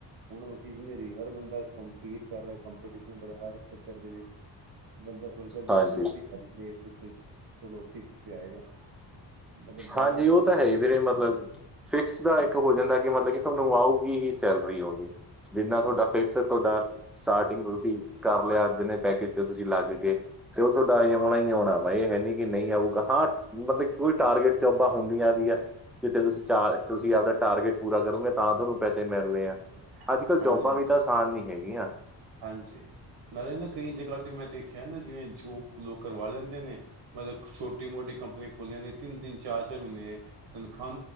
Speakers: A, on the right; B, in the centre.
A: ਹੁਣ ਉਹ ਚੀਜ਼ ਨੀ ਰਹੀ ਹਰ ਬੰਦਾ ਕੰਪਲੀਟ ਕਰ ਰਿਹਾ ਹਰ ਕੰਪੀਟੀਸ਼ਨ ਖੇਤਰ ਦੇ ਵਿੱਚ ਬੰਦਾ ਸੋਚਦਾ ਵੀ
B: ਹਾਂਜੀ,
A: ਜੋ ਵੀ ਕਰਦੇ ਕੁਛ ਚਲੋ ਫਿਕਸ ਤੇ ਆਏਗਾ, ਮਤਲਬ ਬੜਾ
B: ਹਾਂਜੀ ਉਹ
A: ਫਰਕ
B: ਤਾਂ ਹੈ ਹੀ ਵੀਰੇ
A: ਗਿਆ
B: ਮਤਲਬ ਫਿਕਸ ਦਾ
A: ਹਾਂਜੀ।
B: ਇੱਕ ਹੋ ਜਾਂਦਾ ਕਿ ਮਤਲਬ ਕਿ ਤੁਹਾਨੂੰ ਆਊਗੀ ਹੀ ਸੈਲਰੀ ਓਨਲੀ, ਜਿੰਨਾ
A: ਹਾਂਜੀ,
B: ਤੁਹਾਡਾ ਫਿਕਸ ਤੁਹਾਡਾ ਸਟਾਰਟਿੰਗ ਤੁਸੀਂ ਕਰ ਲਿਆ ਜਿੰਨੇ ਪੈਕੇਜ, ਤੁਸੀਂ ਲੱਗ ਗਏ, ਤੇ ਉਹ ਤੁਹਾਡਾ ਐ ਆਉਣਾ ਹੀ ਆਉਣਾ ਵਾ ਇਹ ਹੈ ਨੀ, ਕਿ ਨਹੀਂ ਆਊਗਾ ਹਾਂ ਮਤਲਬ ਕੋਈ ਟਾਰਗੇਟ ਆਪਾ ਨੂੰ ਵੀ ਆ ਜਿੱਥੇ ਤੁਸੀਂ ਚਾਰ ਤੁਸੀਂ ਆਪਦਾ ਟਾਰਗੇਟ ਪੂਰਾ ਕਰੋਗੇ ਤਾਂ ਤੁਹਾਨੂੰ ਪੈਸੇ ਮਿਲਨੇ ਆ,
A: ਹਾਂਜੀ।
B: ਅੱਜ-ਕਲ
A: ਹਾਂਜੀ
B: ਜੋਬਾਂ ਵੀ ਤਾਂ ਆਸਾਨ ਨੀ ਹੈਗੀਆਂ,
A: ਹਾਂਜੀ ਨਾਲੇ ਨਾ ਕਈ ਜਗ੍ਹਾ ਤੇ ਮੈਂ ਦੇਖਿਆ ਨਾ ਜਿਵੇਂ <unintelligible> ਲੋਕ ਕਰਵਾ ਲੈਂਦੇ ਨੇ ਮਤਲਬ ਛੋਟੀ ਮੋਟੀ ਕੰਪਨੀਆਂ ਖੋਲੀਆਂ ਨੇ ਤਿੰਨ-ਤਿੰਨ ਚਾਰ-ਚਾਰ ਮਹੀਨੇ, ਤਨਖਾਹ